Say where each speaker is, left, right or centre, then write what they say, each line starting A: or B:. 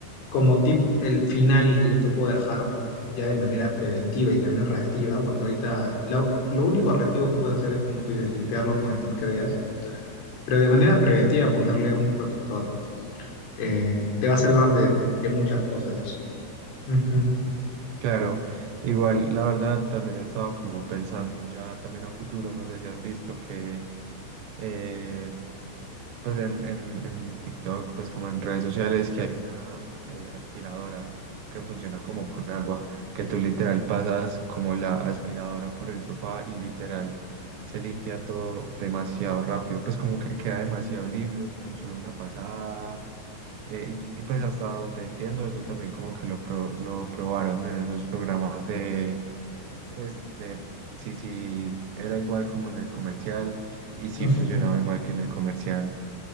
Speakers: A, on the left; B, on the right.
A: como tip, el final que yo te puedo dejar ya de manera preventiva y también reactiva, porque ahorita lo, lo único reactivo que puedes hacer es, como tú dices, limpiarlo con el tip que veas, pero de manera preventiva ponerle un protector. Eh, te va a salvar de, de muchas cosas eso. Ujú,
B: Claro, igual la verdad también he estado como pensando ya también a futuro, no sé si has visto que eh, pues en, en, en TikTok, pues como en redes sociales, que hay una eh, aspiradora que funciona como con agua, que tú literal pasas como la aspiradora por el sofá y literal se limpia todo demasiado rápido, pues como que queda demasiado limpio con solo una pasada. Eh, y, y pues hasta donde entiendo, eso también como que lo, pro- lo probaron en esos programas de, pues de si, si era igual como en el comercial y si
A: ujú.
B: funcionaba igual que en el comercial.